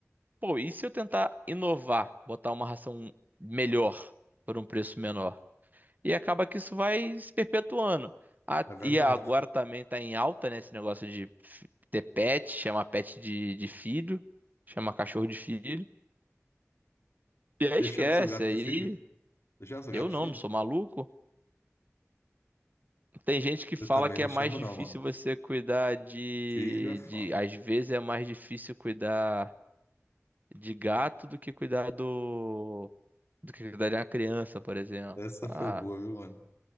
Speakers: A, on the right; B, on the left.
A: pô, e se eu tentar inovar, botar uma ração melhor por um preço menor? E acaba que isso vai se perpetuando. Ah,
B: é verdade.
A: e agora também tá em alta, né, esse negócio de fi- ter pet, chamar pet de, de filho, chamar cachorro de filho. E aí
B: Você
A: esquece,
B: chama seu gato
A: aí
B: de filho? Você chama seu
A: eu
B: gato de
A: não,
B: filho?
A: não sou maluco. Tem gente que
B: Eu
A: fala
B: também
A: que
B: não
A: é mais
B: chamo,
A: difícil
B: não, mano.
A: você cuidar de,
B: Filho é foda.
A: de, às vezes é mais difícil cuidar de gato do que cuidar do, do que cuidar de uma criança, por exemplo.
B: Essa
A: Ah,
B: foi boa, viu, mano?